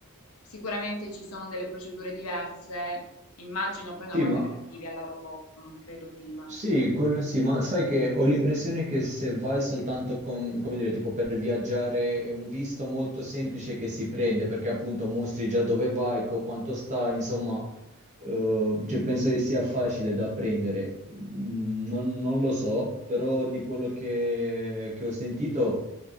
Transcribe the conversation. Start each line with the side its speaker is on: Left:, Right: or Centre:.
Left: sicuramente ci sono delle procedure diverse. Immagino poi una
Right: Sì,
Left: volta
Right: ma
Left: che arrivi all'aeroporto, non credo prima.
Right: Sì, quello sì, ma sai che ho l'impressione che se vai soltanto con, come dire, tipo per viaggiare è un visto molto semplice che si prende, perché appunto mostri già dove vai, co- quanto stai, insomma, eh, cioè penso che sia facile da prendere. Mm, Non, non lo so, però di quello che, che ho sentito,